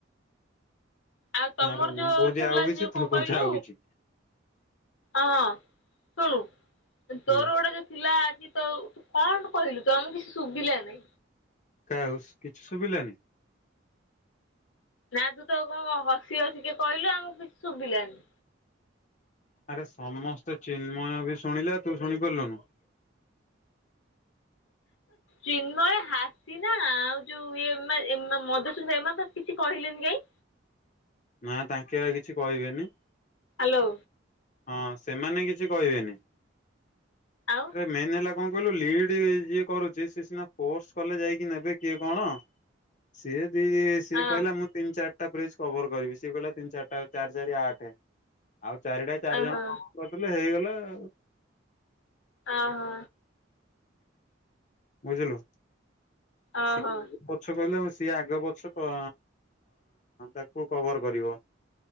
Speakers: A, on the left (about 85°); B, on the left (about 40°).
A: ଆଉ ତମର
B: ଆରେ
A: ଯୋଉଁ
B: ମୁଁ କହୁଛି
A: ଉଠୁଥିଲା
B: ଆଉ କିଛି
A: ଯୋଉଁ କଣ
B: ତୁ
A: କହିଲୁ।
B: କହୁଛୁ ଆଉ କିଛି
A: ଅଁ ଶୁଣୁ
B: ହୁଁ
A: ତୋର ଗୋଟେ ଯଉ ଥିଲା ଆଜି ତ ତୁ କଣ କହିଲୁ ତ କିଛି ଶୁଭିଲାନି।
B: କାଉସ୍ କିଛି ସୁୁବିଲାନି?
A: ନା ତୁ ତ କଣ ହସି ହସିକା କଇଲ ଆମକୁ କିଛି ଶୁଭିଲାନି।
B: ଆରେ ସମସ୍ତେ ଚିନ୍ମୟ ବି ଶୁଣିଲା ତୁ ଶୁଣି ପାରିଲୁନୁ।
A: ଚିନ୍ମୟ ହାତି ନା ଆଉ ଯୋଉଁ ଏମ ଏମା ମଧୁସ୍ମିତା ଏମାନେ ତ କିଛି କହିଲେନି କାଇଁ।
B: ନା ତାଙ୍କେବା କିଛି କହିବେନି।
A: ହାଲୋ।
B: ହଁ ସେମାନେ କିଛି କହିବେନି।
A: ଆଉ।
B: ଆରେ ମେନ୍ ହେଲା କଣ କହିଲୁ ଲିଡ୍ ଯିଏ କରୁଚି ସେ ସିନା ଫୋର୍ସ କଲେ ଯାଇକି ନେବେ କିଏ କଣ। ସିଏ ଦିଦି ସିଏ
A: ହଁ
B: କହିଲା ମୁଁ ତିନି ଚାରିଟା ପ୍ରିଜ୍ କଭର୍ କରିବି ସିଏ କହିଲା ତିନି ଚାରିଟା ଚାରି ଚାରି ଆଠେ ଆଉ ଚାରିଟା ଚାରି
A: ଓହୋ
B: ଜଣ ହଁ କରିଥିଲେ ହେଇଗଲା ଆଉ।
A: ଆ ହଁ
B: ବୁଝିଲୁ।
A: ଓହୋ
B: ସିଏ
A: ହଁ।
B: ପଛ କହିଲେ ସିଏ ଆଗ ପଛ କ ତାକୁ କଭର କରିବ।